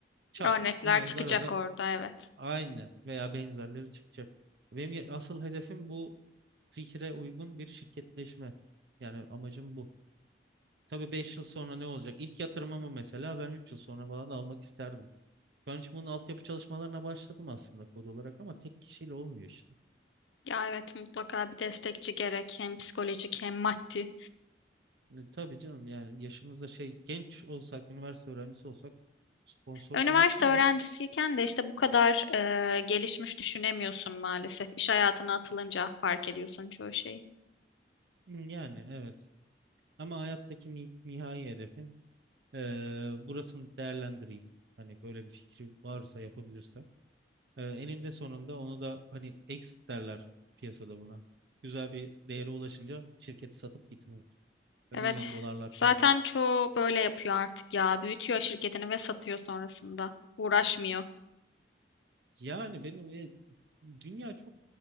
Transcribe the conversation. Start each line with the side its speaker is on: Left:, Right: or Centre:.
Right: Çal.
Left: Örnekler
Right: Hemen
Left: çıkacak
Right: Zara'da
Left: orada evet.
Right: Aynen veya benzerleri çıkacak. Benim ye- asıl hedefim bu fikre uygun bir şirketleşme. Yani amacım bu. Tabii 5 yıl sonra ne olacak? İlk yatırımımı mesela ben 3 yıl sonra falan almak isterdim. Şu an için bunun altyapı çalışmalarına başladım aslında kod olarak ama tek kişiyle olmuyor işte.
Left: Ya evet mutlaka bir destekçi gerek hem psikolojik hem maddi.
Right: E, tabii canım yani yaşımızda şey genç olsak, üniversite öğrencisi olsak sponsor
Left: Üniversite
Right: bulursun
Left: öğrencisiyken
Right: da
Left: de işte bu kadar e, gelişmiş düşünemiyorsun maalesef. İş hayatına atılınca fark ediyorsun çoğu şeyi.
Right: Hı, yani evet. Ama hayattaki ni- nihai hedefim e, burasını değerlendireyim. Hani böyle bir fikri varsa yapabilirsem Ee, eninde sonunda onu da hani exit derler piyasada buna. Güzel bir değere ulaşınca şirketi satıp gitmek. Ve
Left: Evet.
Right: milyon dolarlar
Left: Zaten
Right: kazanmak.
Left: çoğu böyle yapıyor artık ya. Büyütüyor şirketini ve satıyor sonrasında. Uğraşmıyor.
Right: Yani benim e, dünya çok